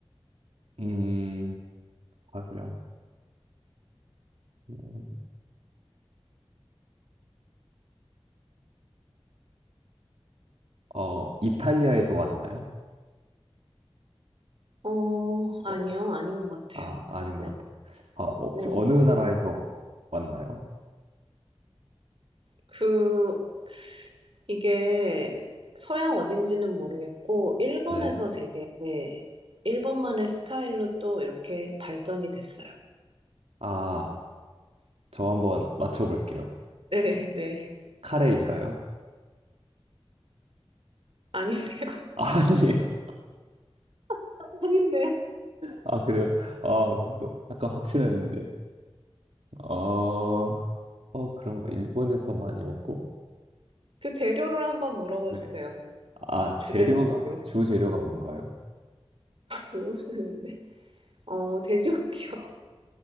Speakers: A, on the right (about 85°); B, on the right (about 60°).
A: 음, 밥이랑, 음, 어, 이탈리아에서 왔나요?
B: 어, 아니요,
A: 어,
B: 아닌 것 같아요.
A: 아, 아닌 것
B: 네.
A: 같아요. 아, 혹시
B: 네.
A: 어느 나라에서 왔나요?
B: 그, 이게 서양 어딘지는 모르겠고, 일본에서
A: 네.
B: 되게, 네, 일본만의 스타일로 또 이렇게 발전이 됐어요.
A: 아, 저 한번 맞춰볼게요.
B: 네, 네.
A: 카레인가요?
B: 아닌데요?
A: <laughs> 아니에요.
B: <laughs> 아닌데요?
A: 아, 그래요? 아, 너, 약간 확신했는데. 어, 어, 그럼 일본에서 많이 먹고?
B: 그 재료를 한번 물어봐
A: 네.
B: 주세요.
A: 아,
B: 주된
A: 재료가,
B: 재료.
A: 주 재료가 뭔가요?
B: 물어보셨는데. 어, 돼지고기요. <laughs>